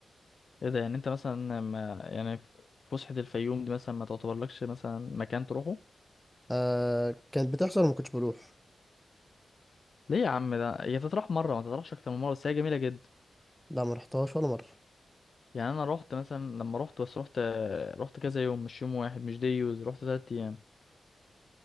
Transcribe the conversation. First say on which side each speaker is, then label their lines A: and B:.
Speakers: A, on the left; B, in the centre.
A: ايه ده يعني انت مثلا ما يعني ف- فسحة الفيوم دي مثلا ما تعتبرلكش مثلا مكان تروحه
B: آه كانت بتحصل وما كنتش بروح
A: ليه يا عم ده هي تطرح مره ما تطرحش اكتر من مره بس هي جميله جدا
B: لا ما رحتهاش ولا مره
A: يعني انا رحت مثلا لما رحت بس رحت رحت كذا يوم مش يوم واحد مش ديوز رحت ثلاث ايام